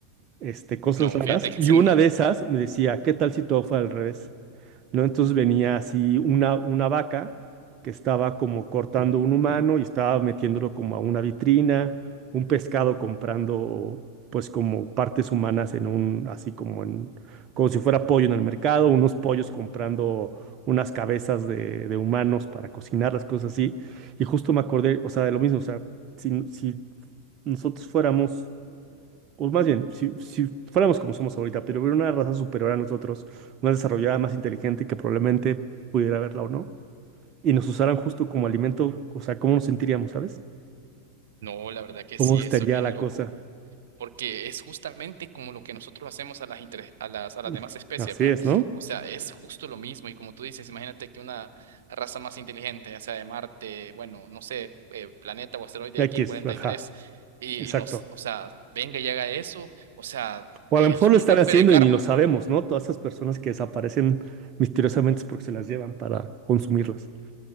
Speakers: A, on the right (about 30°); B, on the right (about 60°).
A: este, cosas
B: No,
A: raras.
B: fíjate que
A: Y
B: <laughs> ese
A: una
B: no.
A: de esas me decía, ¿qué tal si todo fue al revés? ¿no? Entonces venía así una, una vaca que estaba como cortando un humano y estaba metiéndolo como a una vitrina, un pescado comprando pues como partes humanas en un, así como en, como si fuera pollo en el mercado, unos pollos comprando unas cabezas de, de humanos para cocinar las cosas así. Y justo me acordé, o sea, de lo mismo, o sea, si, si nosotros fuéramos o más bien, si, si fuéramos como somos ahorita, pero hubiera una raza superior a nosotros, más desarrollada, más inteligente, que probablemente pudiera verla o no, y nos usaran justo como alimento, o sea, ¿cómo nos sentiríamos, sabes?
B: No, la verdad que
A: ¿Cómo
B: sí,
A: estaría
B: eso es bien
A: la
B: loco.
A: cosa?
B: porque es justamente como lo que nosotros hacemos a las, inter- a las, a las
A: <laughs>
B: demás especies,
A: Así
B: ¿va?
A: es, ¿no?
B: O sea, es justo lo mismo y como tú dices, imagínate que una raza más inteligente, ya sea de Marte, bueno, no sé, eh, planeta o asteroide
A: Aquí
B: X-43,
A: es, ajá,
B: y, tres,
A: exacto.
B: y y nos, o sea, venga y haga eso, o sea,
A: O
B: es
A: a lo mejor
B: un
A: lo están
B: golpe
A: haciendo
B: de karma.
A: y ni lo sabemos, ¿no? Todas esas personas que desaparecen misteriosamente es porque se las llevan para consumirlas.